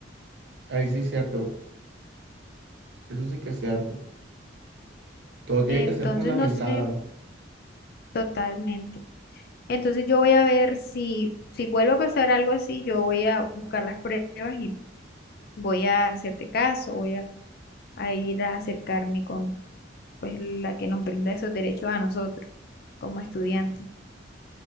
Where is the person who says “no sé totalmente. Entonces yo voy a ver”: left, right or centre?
Left